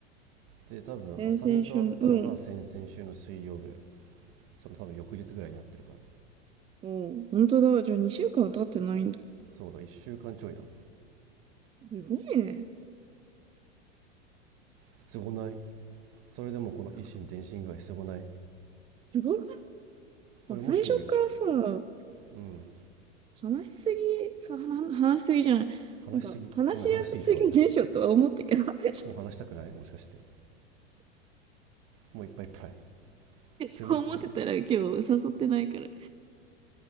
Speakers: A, on the right; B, on the right.
A: で、多分、
B: 先々週の、
A: 浅見と会ったのが先々週の水曜ぐらい。
B: うん。
A: その多分翌日ぐらいに会ってるから。
B: おう、本当だ。じゃあ2週間は経ってないんだ。
A: そうだ、1週間ちょいなんだ
B: すごいね。
A: すごない。それでもこの維新伝心具合すごない。
B: すごくないすごくない最初からさ、
A: これもし、うん、
B: 話しすぎ、そう、はな話しすぎじゃない。
A: 話しすぎ。
B: なんか、話しやすすぎでしょとは思ったけど、
A: ごめん、話しすぎた、俺たち。
B: <laughs> 違う
A: もう話したくないもしかして。もういっぱいいっぱい。
B: 違う。そう思ってたら今日誘ってないから。
A: トゥーマッチ